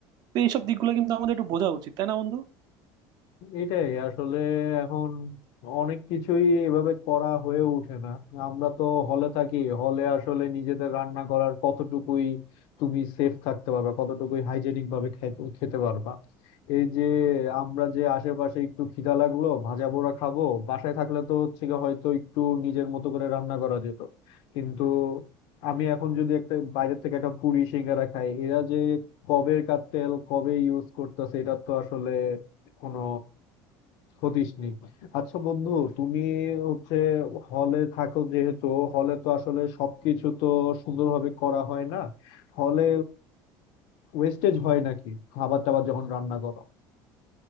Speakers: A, on the right; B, on the left.
A: তো এইসব দিকগুলো কিন্তু আমাদের একটু বোঝা উচিত তাই না বন্ধু
B: এটাই আসলে এখন অনেক কিছুই এভাবে করা হয়ে ওঠে না আমরা তো হলে থাকি হলে আসলে নিজেদের রান্না করার কতটুকুই তুমি সেফ থাকতে পারবা কতটুকুই হাইজেনিক ভাবে খাইতে- খেতে পারবা এই যে আমরা যে আশেপাশে একটু খিদা লাগলো ভাজা পোড়া খাবো বাসায় থাকলে তো হচ্ছে গিয়ে হয়তো একটু নিজের মতো করে রান্না করা যেত কিন্তু আমি এখন যদি একটা বাইরের থেকে একটা পুরি সিঙ্গারা খাই এরা যে কবেকার তেল কবে ইউজ করতেছে এটা তো আসলে কোনো ক্ষতিস নেই আচ্ছা বন্ধু তুমি হচ্ছে হলে থাকো যেহেতু হলে তো আসলে সবকিছু তো সুন্দরভাবে করা হয় না হলে ওয়েস্টেজ হয় নাকি খাবার টাবার যখন রান্না করো